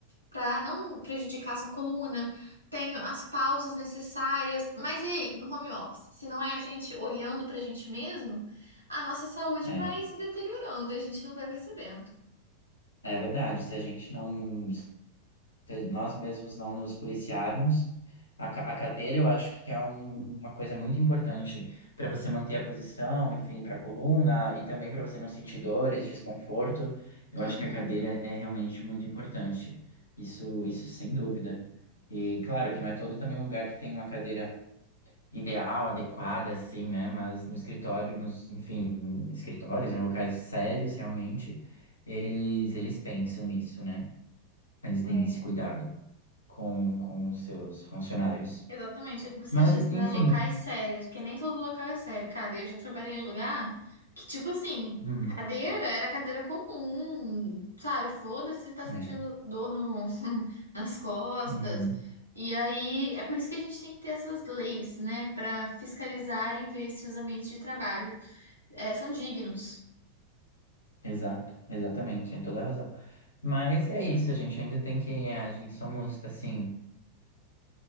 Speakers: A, on the right; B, on the left.
A: para não prejudicar sua coluna, tem as pausas necessárias. Mas e aí, no home office? Se não é a gente olhando para a gente mesmo, a nossa saúde
B: É,
A: vai se deteriorando e a gente não vai percebendo.
B: é verdade. Se a gente não se nós mesmos não nos policiarmos. A, ca- a cadeira eu acho que é um- uma coisa muito importante para você manter a posição, enfim, para a coluna e também para você não sentir dores, desconforto. Eu
A: Uhum.
B: acho que a cadeira é realmente muito importante. Isso, isso sem dúvida. E claro que não é todo também o lugar que tem uma cadeira ideal, adequada, assim, né? Mas no escritório, nos, enfim, escritórios, em locais sérios, realmente, eles, eles pensam nisso, né? Eles têm
A: É.
B: esse cuidado com, com os seus funcionários.
A: Exatamente, é o que você
B: Mas,
A: disse, né?
B: enfim.
A: Locais sérios, porque nem todo local é sério, cara. Eu já trabalhei em lugar que, tipo assim,
B: hum,
A: cadeira era cadeira comum, sabe? Foda-se se tá sentindo
B: é,
A: dor no, <laughs> nas costas.
B: uhum,
A: E aí, é por isso que a gente tem que ter essas leis, né? Pra fiscalizar e ver se os ambientes de trabalho eh, são dignos.
B: exato, exatamente, tem toda a razão. Mas é isso, a gente ainda tem que. é, a gente somos, assim,